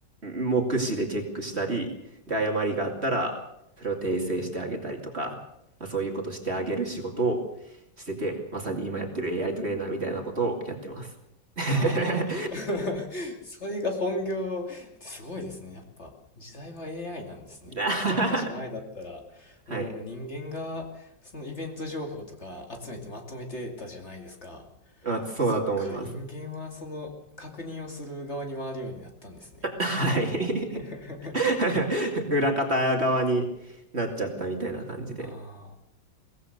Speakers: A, on the right; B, on the left.
A: 目視でチェックしたり、で、誤りがあったら、それを訂正してあげたりとか、まあ、そういうことしてあげる仕事をしてて、まさに今やってる AI トレーナーみたいなことをやってます。<laughs>
B: あ、ああ、<laughs> それが本業ってすごいですね。やっぱ時代は AI なんですね。
A: は
B: もう一昔前だったら、もう人間がそのイベント情報とか集めてまとめてたじゃないですか。
A: い。まあ、そうだと思います。
B: そっか、人間はその確認をする側に回るようになったんですね。
A: はい。
B: <laughs>
A: <laughs> 裏方側になっちゃったみたいな感じで。
B: ああ、